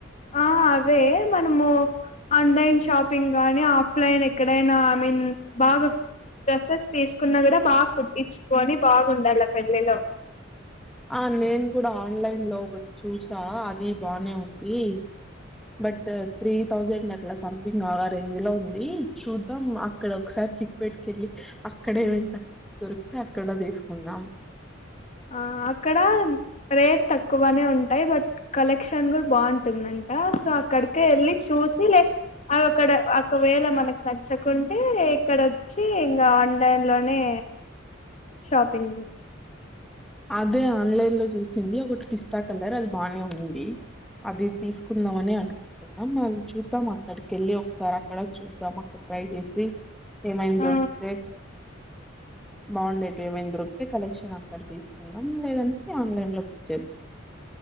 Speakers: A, on the left; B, in the centre.
A: ఆ అవే మనము ఆన్లైన్ షాపింగ్ నీ ఆఫ్లైన్ ఎక్కడైనా ఐ మీన్ బాగా డ్రెస్సెస్ తీస్ కున్న కూడా బాగా కుట్టించుకొని బాగుండాలి పెళ్లిలో
B: ఆ నేను కూడా ఆన్లైన్ లో ఒకటి చూసా అది బానే ఉంది బట్ త్రీ థౌజండ్ అలా స గా రేంజ్ లో ఉంది చూద్దాం అక్కడ ఒకసారి చిక్పపేట్టు వెళ్ళి అక్కడ ఏమైనా దొరికితే అక్కడ తీసుకుందాం
A: ఆ అక్కడ రేట్ తక్కువనే ఉంటాయి బట్ కలెక్షన్ కూడా బాగుంటుందండి సో అక్కడికి వెళ్ళి చూసి లేక్ అది ఒకడ ఒకవేళ మనకు నచ్చకుండా అంటే ఇక్కడ వచ్చి ఇంకా ఆన్లైన్ లోనే షాపింగ్
B: అదే ఆన్లైన్ లో చూస్త వచ్చింది ఒకటి పిస్తా కలర్ అది బాగానే ఉంది అది తీసుకుందాంమని అనుకుంటు కొన్నామా మళ్ చూద్దాం అని అక్కడికెళ్ళి ఒకసారి అక్కడ చూద్దాం అక్కడ ట్రై చేసి ఏమైందో
A: ఆ
B: ఏ బాగుండేటు ఏమైనా దొరికితే కలెక్షన్ అక్కడ తీసుకు కొనడం లేదంటే ఆన్లైన్ లో బుక్ చే